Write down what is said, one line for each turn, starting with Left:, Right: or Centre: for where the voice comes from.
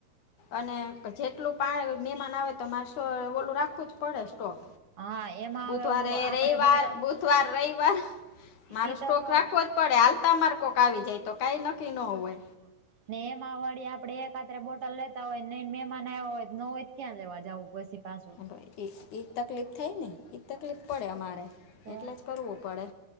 Left: અને જેટલું પાણી મહેમાન આવે તોરે શ ઓલું રાખવું જ પડે સ્ટોક
Right: હા એમાં
Left: બુધવારે
Right: હવે આપડે
Left: રવિવાર
Right: બોટલ
Left: બુધવાર રવિવાર મારે
Right: ઈ તો
Left: સ્ટોક
Right: કવ
Left: રાખવો. પડે આલતા માર કોક આવી જાય તો કઈ નક્કી ન હોય.
Right: હા. ને એમાં વાળી આપડે એકાત્રે બોટલ લેતા હોય ન મે એમા આવ્યા હોય, ન હોય ક્યાં લેવા જવુ પછી પા
Left: હ એ એક તકલીફ થઈ ને ઈ તકલીફ પડે અમારે
Right: તો
Left: એટલે જ કરવું પડે